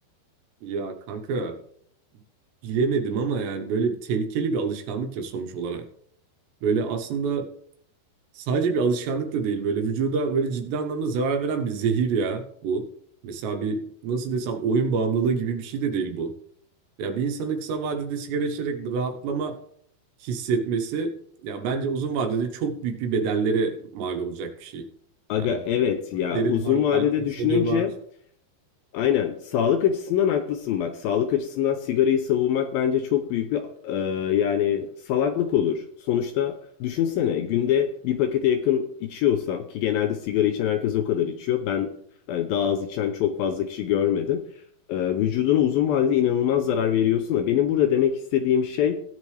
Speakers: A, on the right; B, on the left.
A: Ya kanka bilemedim ama yani böyle bir tehlikeli bir alışkanlık ya sonuç olarak. Böyle aslında sadece bir alışkanlık da değil. Böyle vücuda böyle ciddi anlamda zarar veren bir zehir ya bu. Mesela bir nasıl desem oyun bağımlılığı gibi bir şey de değil bu. Ya bir insanın kısa vadede sigara içerek rahatlama hissetmesi ya bence uzun vadede çok büyük bir bedellere mal olacak bir şey.
B: Aga
A: Yani
B: evet ya
A: Derin
B: uzun
A: var,
B: vadede
A: kalp hastalığı
B: düşününce
A: var.
B: Aynen. Sağlık açısından haklısın bak. Sağlık açısından sigarayı savunmak bence çok büyük bir e, yani salaklık olur. Sonuçta düşünsene günde bir pakete yakın içiyorsan ki genelde sigara içen herkes o kadar içiyor. Ben yani daha az içen çok fazla kişi görmedim. E, vücuduna uzun vadede inanılmaz zarar veriyorsun da benim burada demek istediğim şey